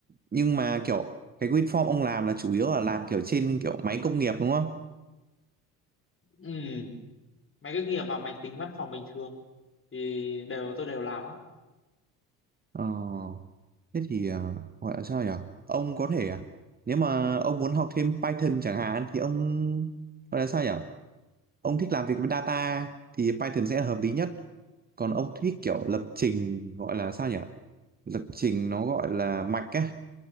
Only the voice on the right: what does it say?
nhưng mà kiểu cái WinForm ông làm là chủ yếu là làm kiểu trên kiểu máy công nghiệp đúng không?
Ờ Thế thì à, gọi là sao nhỉ? Ông có thể à, nếu mà ông muốn học thêm Python chẳng hạn thì ông gọi là sao nhỉ? Ông thích làm việc với data thì Python sẽ là hợp lý nhất. Còn ông thích kiểu lập trình gọi là sao nhỉ? Lập trình nó gọi là mạch ấy